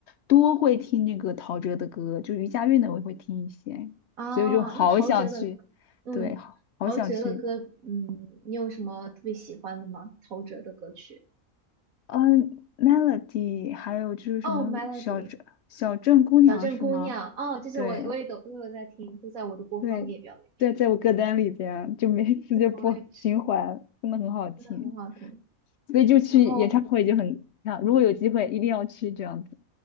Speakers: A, on the left; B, on the right.
A: 多会听那个陶喆的歌，就余佳运的我也会听一些，
B: 啊。
A: 所以我就好想去，
B: 那陶喆的歌，嗯，
A: 对，好好想去。
B: 陶喆的歌，嗯，你有什么特别喜欢的吗？陶喆的歌曲？
A: 嗯，Melody，还有就是什么小镇小镇姑娘是吗？
B: 哦，Melody、小镇姑娘，哦，这些我我也都都有在听，
A: 对。
B: 都在我的播放列表里面。
A: 对，对，在我歌单里边，就每次就播情怀》，
B: 这个我也是，
A: 真的很好听，
B: 真的很好听。
A: 所以就去演唱会就很，
B: 然后
A: 啊，如果有机会一定要去这样子。